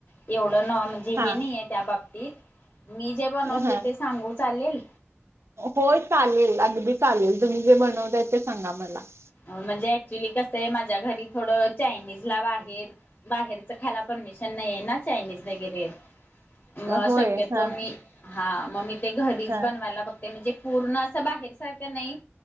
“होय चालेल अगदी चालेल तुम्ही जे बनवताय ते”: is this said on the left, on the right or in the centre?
Right